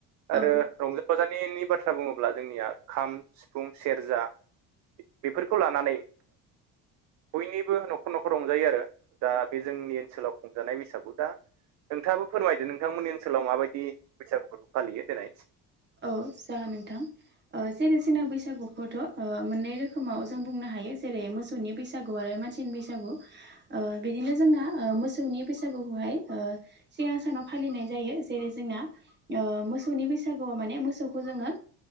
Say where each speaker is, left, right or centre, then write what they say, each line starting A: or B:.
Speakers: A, on the right; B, on the right.
A: औ
B: आरो रंजा बाजानिनि बाथ्रा बुङोब्ला जोंनिया खाम, सिफुं, सेरजा बेफोरखौ लानानै बयनिबो न'खर न'खर रंजायो आरो दा बे जोंनि ओनसोलाव खुंजानाय बैसागु दा नोंथाङाबो फोरमायदो नोंथांमोननि ओनसोलाव माबायदि बैसागु फोरबो फालियो देलाय
A: औ जागोन नोंथां। ओ जेरैसिना बैसागुखौथ'ओ मोननै रोखोमाव जों बुंनो हायो जेरै मोसौनि बैसागु। बैसागु आरो मानसिनि बैसागु बिदिनो जोंना ओ मोसौनि बैसागुखौहाय ओ सिगां सानाव फालिनाय जायो जेरै जोंना ओ मोसौनि बैसागु माने मोसौखौ जोङो